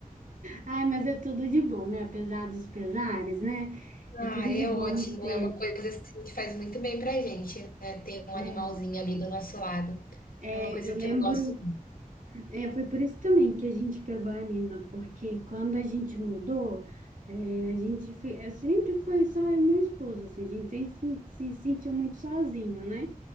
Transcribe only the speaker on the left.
Ah,
é
ótimo.
É uma coisa assim que faz muito bem pra gente, né? Ter um
animalzinho ali do nosso lado.
É uma coisa
que eu gosto.